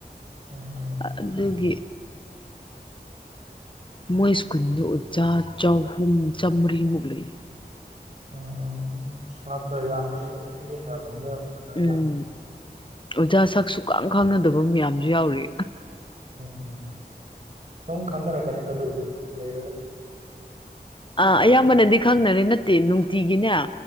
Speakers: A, on the right; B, on the left.
A: ꯎꯝ
B: ꯑꯗꯨꯗꯒꯤ ꯃꯣꯏ ꯁ꯭ꯀꯨꯟꯗꯨ ꯑꯣꯖꯥ ꯆꯍꯨꯝ ꯆꯥꯃꯔꯤꯃꯨꯛ ꯂꯩ
A: ꯎꯝ ꯃꯥ꯭ꯔ ꯌꯥꯅꯤ ꯁꯤ ꯌꯥꯅꯤ ꯍꯖꯏ
B: ꯎꯝ
A: ꯌꯥꯝꯗ
B: ꯑꯣꯖꯥ ꯁꯛꯁꯨꯨꯈ ꯈꯥꯡꯅꯗꯕ ꯃꯌꯥꯝꯁꯨ ꯌꯥꯎꯔꯤ
A: ꯎꯝ ꯁꯨꯝ ꯈꯪꯅꯔꯛꯀꯅꯤꯅ ꯑꯗꯨ ꯍꯧꯖꯤꯛ ꯂꯩꯔꯒ
B: ꯑꯥ ꯑꯌꯥꯝꯕꯅꯗꯤ ꯈꯪꯅꯔꯦ ꯅꯠꯇꯦ ꯅꯨꯡꯇꯤꯒꯤꯅꯦ